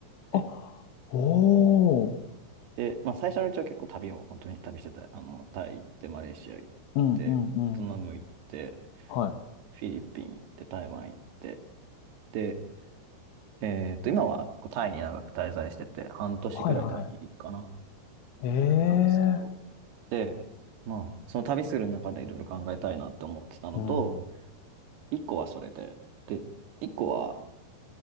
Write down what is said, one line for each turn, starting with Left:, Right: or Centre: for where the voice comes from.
Right: で、
Left: あ、おー。
Right: で、まあ、最初のうちは結構旅を本当に旅してた。あの、タイ行って、マレーシア行って、
Left: うんうんうん。
Right: ベトナム行って、
Left: はい。
Right: フィリピン行って、台湾行って、で、えっと、今はこうタイに長く滞在してて、半年ぐらいタイにいるかな、
Left: はいはい。
Right: なんですけど。
Left: ええ
Right: で、まあ、その旅する中でいろいろ考えたいなって思ってたのと、
Left: ーうん。
Right: 一個はそれで、で、一個は、